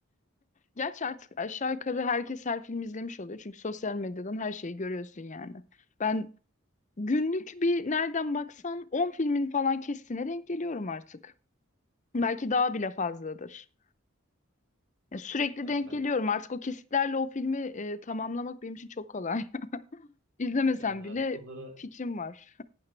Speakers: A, on the left; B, on the right.
A: Gerçi artık aşağı yukarı herkes her film izlemiş oluyor. Çünkü sosyal medyadan her şeyi görüyorsun yani. Ben günlük bir nereden baksan 10 filmin falan kesitine denk geliyorum artık. Belki daha bile fazladır. Ya sürekli
B: Ya
A: denk
B: sen
A: geliyorum. Artık o kesitlerle o filmi e, tamamlamak benim için çok kolay. İzlemesem
B: ben artık
A: bile
B: bunlara
A: fikrim var.